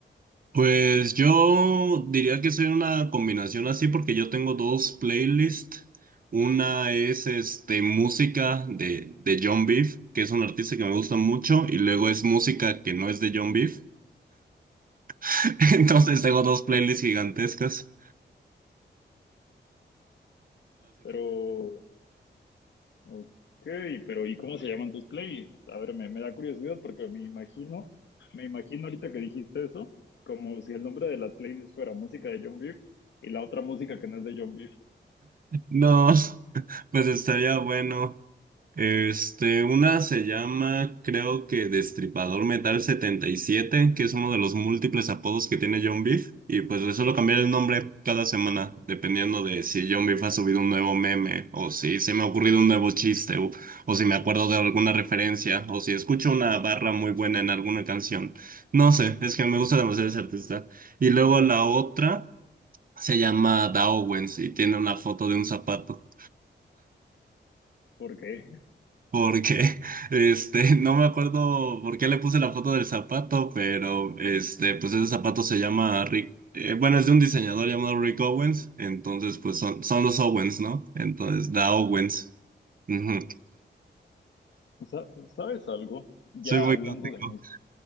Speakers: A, on the right; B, on the left.
A: Pues yo diría que soy una combinación así porque yo tengo dos playlists. Una es este, música de, de John Beef, que es un artista que me gusta mucho, y luego es música que no es de John Beef. <laughs> Entonces tengo dos playlists gigantescas,
B: pero... Ok, pero ¿y cómo se llaman tus playlists? A ver, me, me da curiosidad porque me imagino, me imagino ahorita que dijiste eso, como si el nombre de las playlists fuera música de John Beef y la otra música que no es de John Beef.
A: No, <laughs> pues estaría bueno. Este, una se llama, creo que Destripador Metal setenta y siete que es uno de los múltiples apodos que tiene John Beef. Y pues le suelo cambiar el nombre cada semana, dependiendo de si John Beef ha subido un nuevo meme, o si se me ha ocurrido un nuevo chiste, o, o si me acuerdo de alguna referencia, o si escucho una barra muy buena en alguna canción. No sé, es que me gusta demasiado ese artista. Y luego la otra se llama Da y tiene una foto de un zapato.
B: ¿Por qué?
A: Porque, <laughs> este, no me acuerdo por qué le puse la foto del zapato, pero, este, pues ese zapato se llama Rick, eh, bueno, es de un diseñador llamado Rick Owens, entonces, pues son, son los Owens, ¿no? Entonces, Da Owens. Ujú.
B: Sa- ¿Sabes algo? Ya
A: Soy muy
B: hablando
A: gótico.
B: de música,